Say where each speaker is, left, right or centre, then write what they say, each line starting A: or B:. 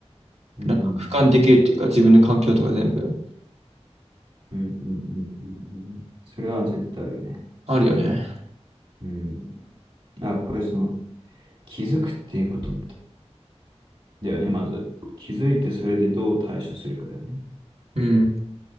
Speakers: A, on the right; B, on the right.
A: うん。
B: なんか俯瞰できるっていうか、
A: うんうん
B: 自分の環境とか全部
A: うんうんうんうんうん。それは絶対あるよね。
B: あるよね。
A: うん。やっぱりその気づくっていうことだよね、まず。気づいてそれでどう対処するかだよね。
B: うん、